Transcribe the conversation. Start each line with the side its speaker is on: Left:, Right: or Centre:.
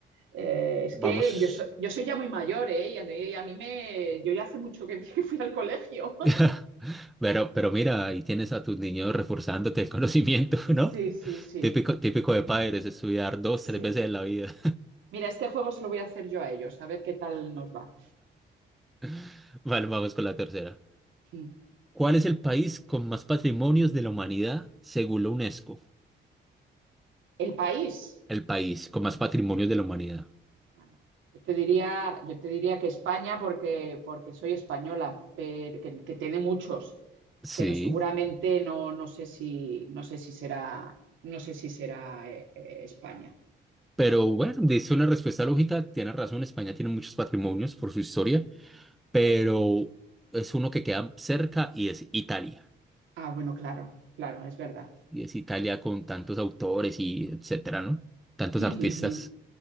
Right: Eh, es
Centre: Vamos.
Right: que yo, so- yo soy ya muy mayor, ¿eh? Y a mí, a mí me... Yo ya hace mucho que, <laughs> que fui al colegio.
Centre: <laughs> Pero, pero mira, ahí tienes a tus niños reforzándote el conocimiento, <laughs>
Right: Sí,
Centre: ¿no?
Right: sí, sí,
Centre: Típico, típico de padres, estudiar dos,
Right: sí.
Centre: tres veces en la vida.
Right: Mira, este juego se lo voy a hacer yo a ellos, a ver qué tal nos va.
Centre: <laughs> Vale, vamos con la tercera.
Right: Mm.
Centre: ¿Cuál es el país con más patrimonios de la humanidad según la UNESCO?
Right: El país.
Centre: El país con más patrimonios de la humanidad.
Right: Bueno, yo te diría, yo te diría que España porque, porque soy española, pero, que, que tiene muchos,
Centre: Sí,
Right: pero seguramente no, no sé si, no sé si será, no sé si será eh, eh, España.
Centre: pero bueno, dice una respuesta lógica, tiene razón, España tiene muchos patrimonios por su historia, pero es uno que queda cerca y es Italia.
Right: Ah, bueno, claro, claro, es verdad.
Centre: Y es Italia con tantos autores y etcétera, ¿no? Tantos
Right: <laughs>
Centre: artistas.